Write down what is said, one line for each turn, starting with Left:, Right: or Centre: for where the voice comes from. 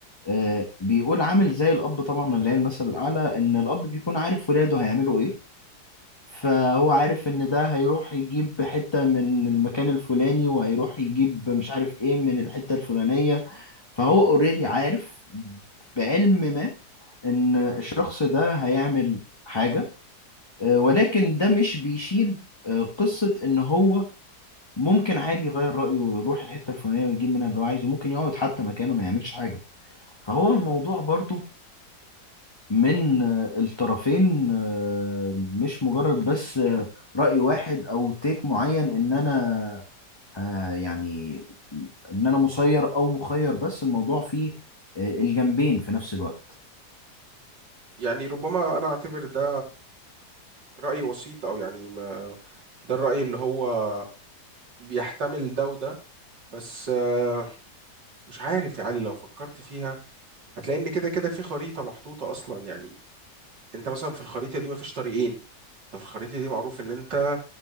Left: آه، بيقول عامل زي الأب طبعا اللي هي المثل الأعلى إن الأب بيكون عارف ولاده هيعملوا إيه فهو عارف ان ده هيروح يجيب حتة من المكان الفلاني وهيروح يجيب مش عارف ايه من الحتة الفلانية فهو اوريدي عارف بعلم ما ان الشخص ده هيعمل حاجة آه، ولكن ده مش بيشيل آه، قصة ان هو ممكن عادي يغير رأيه ويروح الحتة الفلانية ويجيب منها اللي هو عايزه ممكن يقعد حتى مكانه ما يعملش حاجة فهو الموضوع برضو من آه، الطرفين آه، مش مجرد بس آه، رأي واحد او تيك معين ان انا آه، يعني ان انا مسير او مخير بس الموضوع فيه آه، الجنبين في نفس الوقت
Right: يعني ربما أنا أعتبر ده رأي وسيط أو يعني ما ده الرأي اللي هو بيحتمل ده وده بس آه، مش عارف يا علي لو فكرت فيها هتلاقي إن كده كده في خريطة محطوطة أصلا يعني انت مثلا في الخريطه دي مفيش طريقين انت في الخريطه دي معروف ان انت